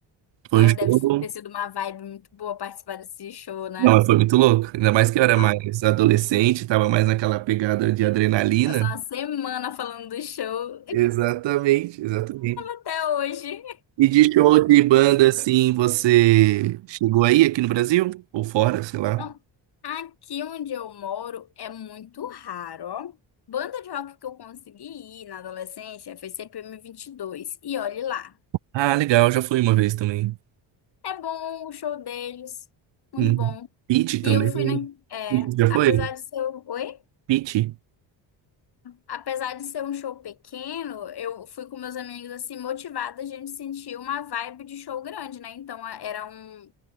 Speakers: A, on the right; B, on the left.
A: foi
B: Ah,
A: um show.
B: Deve ter sido uma vibe muito boa participar desse show, né?
A: Não, mas foi muito louco. Ainda mais que eu era mais
B: Ah,
A: adolescente, tava mais naquela pegada de adrenalina.
B: Passou uma semana falando do show e
A: Exatamente, exatamente.
B: até hoje.
A: E de show de banda, assim, você chegou aí aqui no Brasil? Ou fora, sei lá.
B: Não, aqui onde eu moro é muito raro, ó. Banda de rock que eu consegui ir na adolescência foi CPM 22. E dois. E olhe lá.
A: Ah, legal, já fui uma vez também.
B: É bom o show deles, muito
A: Hum.
B: bom.
A: Pitty também.
B: E eu fui na, é,
A: Pitty, já
B: apesar
A: foi?
B: de ser, um- oi?
A: Pitty?
B: Apesar de ser um show pequeno, eu fui com meus amigos assim motivada, a gente sentiu uma vibe de show grande, né? Então a- era um